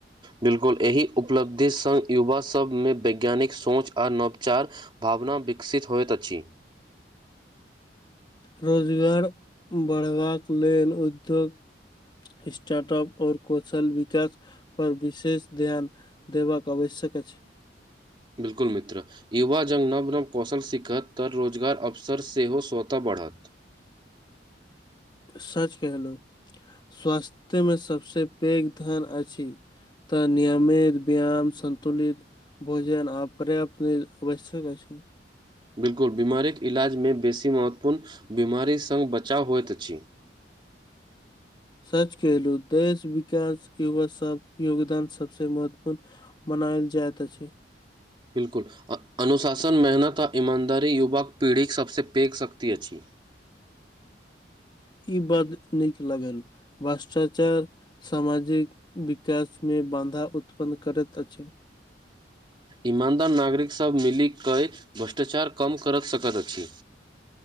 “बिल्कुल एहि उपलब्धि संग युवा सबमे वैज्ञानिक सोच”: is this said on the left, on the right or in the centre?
Right